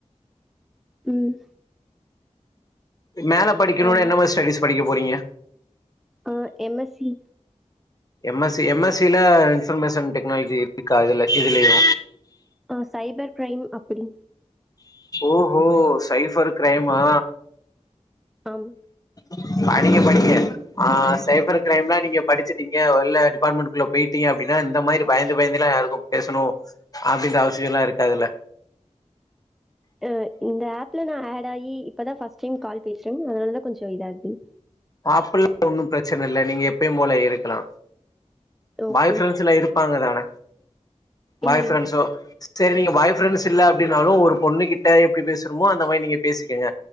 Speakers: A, in the centre; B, on the left.
A: ம்
B: மேல படிக்கணுனா
A: ஆமா
B: என்ன மாரி ஸ்டடிஸ் படிக்க போறீங்க
A: ஆ M S E
B: M S C M S சில இன்ஃபர்மேஷன் டெக்னாலஜி எடுத்திக்காலல்ல இதுலயு
A: ஆ சைபர் கிரைம் அப்டி
B: ஓஹோ சைஃபர் கிரைமா
A: ஆம்
B: உஹ படிக்க படிக்க ஆ சைபர் கிரைம்ல்லா நீங்க படிச்சட்டீங்க இல்ல டிபார்ட்மெண்ட்குள்ள வெயிட்டிங் அப்டினா இந்த மாரி பயந்து பயந்தெல்லா யாருக்கு பேசணு அப்டின்ற அவசியோல்லா இருக்காதில்ல
A: உ இந்த ஆப்ல நா ஆட் ஆயி இப்பதா ஃபர்ஸ்ட் டைம் கால் பேசுறங் அதனாலதா கொஞ்சோ இதாகுதுங்
B: ஆப்ல்ல ஒன்னு பிரச்சன இல்ல நீங்க எப்பயும்போல இருக்கலா
A: ஓகே
B: பாய் ஃப்ரெண்ட்ஸ்ல்லா ப்பாங்கதான பாய்
A: இல்லிங்
B: ஃப்ரெண்ட்ஸு செரி நீங்க பாய் ஃப்ரெண்ட்ஸ் இல்ல அப்டினாலு ஒரு பொண்ணு கிட்ட எப்டி பேசனுமோ அந்த மாரி நீங்க பேசிக்கங்க